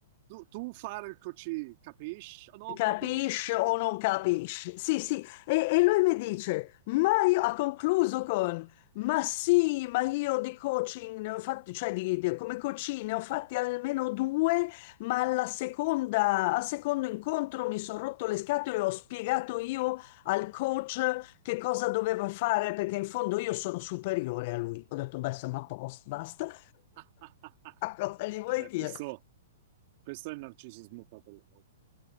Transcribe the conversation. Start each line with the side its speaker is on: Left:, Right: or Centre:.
Right: tu, tu fare il così, capisci o non
Left: capisci
Right: capisci?
Left: o non capisci? Sì, sì, e, e lui mi dice, ma io, ha concluso con, ma sì, ma io di coaching ne ho fatti, cioè di, di- come coaching ne ho fatti almeno due, ma alla seconda, al secondo incontro mi sono rotto le scatole e ho spiegato io al coach che cosa doveva fare, perché in fondo io sono superiore a lui. Ho detto, beh, siamo a posto, basta. <laughs>
Right: <laughs>
Left: Ma cosa gli vuoi
Right: Vabbè,
Left: dire?
Right: questo, questo è il narcisismo patologico.